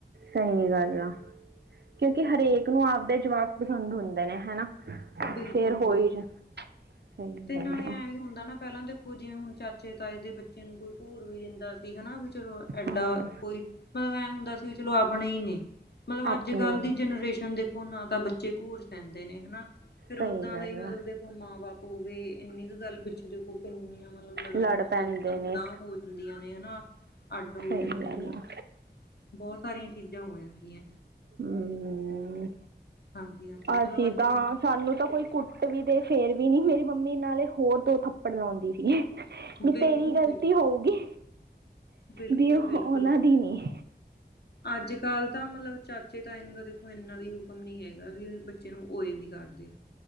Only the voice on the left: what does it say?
ਬਿਲਕੁਲ
ਬਿਲਕੁਲ
ਤੇ
ਨਾਲੇ ਐਂ
ਵੀ ਹੁੰਦਾ ਨਾ ਪਹਿਲਾਂ ਦੇਖੋ ਜਿਵੇਂ ਹੁਣ ਚਾਚੇ ਤਾਏ ਦੇ ਬੱਚੇ ਨੂੰ ਕੋਈ ਕੂਰ ਵੀ ਦਿੰਦਾ ਹਨਾ ਵੀ ਚਲੋ ਐਡਾ
ਕੋਈ ਮਤਲਬ ਐ ਹੁੰਦਾ ਸੀ ਵੀ ਚਲੋ ਆਪਣੇ ਹੀ ਨੇ। ਮਤਲਬ
ਅੱਜ ਕੱਲ
ਦੀ ਜਨਰੇਸ਼ਨ ਦੇਖੋ ਨਾ ਤਾਂ ਬੱਚੇ ਘੂਰ ਸਹਿੰਦੇ ਨੇ ਹਨਾ। ਫੇਰ
ਓਦਾਂ
ਦਾ ਹੀ ਮਤਲਬ
ਦੇਖੋ ਮਾਂ ਬਾਪ ਹੋ ਗਏ ਇੰਨੀ ਕੁ ਗੱਲ ਪਿੱਛੇ ਦੇਖੋ ਕਿੰਨੀਆਂ ਮਤਲਬ ਲੜਾਈਆਂ
ਤੱਕ ਸੰਤਾਂ
ਹੋ ਜਾਂਦੀਆਂ ਨੇ ਹਨਾ ਅੱਡ ਹੋ
ਜਾਂਦੇ
ਨੇ।
ਬਹੁਤ ਸਾਰੀਆਂ ਚੀਜ਼ਾਂ ਹੋ ਜਾਂਦੀਆਂ।
ਹਾਂਜੀ-ਹਾਂਜੀ
ਮਤਲਬ ਅੱਜ
ਕੱਲ
ਬਿਲਕੁਲ
ਬਿਲਕੁਲ
ਬਿਲਕੁਲ
ਬਿਲਕੁਲ
ਅੱਜ ਕੱਲ੍ਹ ਤਾਂ ਮਤਲਬ ਚਾਚੇ ਤਾਏ ਨੂੰ ਦੇਖੋ ਇੰਨਾ ਵੀ ਹੁਕਮ ਨਹੀਂ ਹੈਗਾ ਵੀ ਬੱਚੇ ਨੂੰ ਏ ਵੀ ਕਰਦੇ।